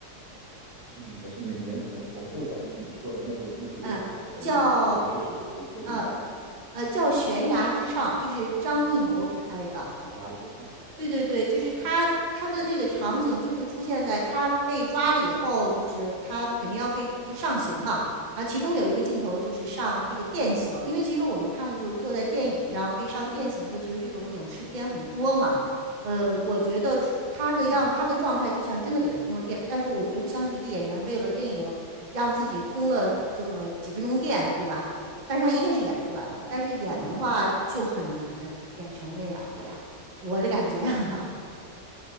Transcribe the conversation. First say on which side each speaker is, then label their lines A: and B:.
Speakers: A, on the right; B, on the right.
A: 嗯，没事，你能你能重复一下刚刚你说的那部那部电影吗？
B: 嗯、
A: 我可能之后确实会会去找来看一看。
B: 叫呃呃叫《悬崖之上》，就是张艺谋拍的，
A: 哦，悬崖之上，好的
B: 对对对，就是他他的那个场景，
A: 好的。
B: 就是出现在他被抓了以后，就是他肯定要被就上刑嘛。啊，其中有一个镜头就是上这个电刑，因为其实我们看就是坐在电椅上被上电刑的，其实这种影视片很多嘛。呃，我觉得出他的样他的状态就像真的给他通了电，
A: 嗯
B: 但是我绝不相信一个演员为了电影让自己通了这么几分钟电，对吧？但是他一定是演出来的，但是演的话就很难演成那样。
A: 嗯嗯。
B: 我的感觉哈、啊，